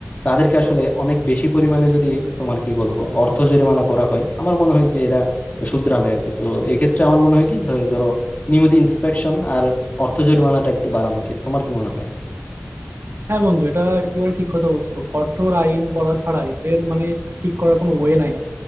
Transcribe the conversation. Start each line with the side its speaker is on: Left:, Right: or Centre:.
Left: তাদেরকে আসলে অনেক বেশি পরিমাণে যদি তোমার কি বলবো অর্থ জরিমানা করা হয় আমার মনে হয় যে এরা শুধরাবে আর কি তো এক্ষেত্রে আমার মনে হয় কি ধরো নিয়মিত ইন্সপেকশন আর অর্থ জরিমানাটা একটু বাড়ানো উচিত তোমার কি মনে হয়
Right: হ্যাঁ বন্ধু এটা একেবারে ঠিক কথা বলছো কঠোর আইন করা ছাড়া এদের মানে ঠিক করার কোনো ওয়ে নাই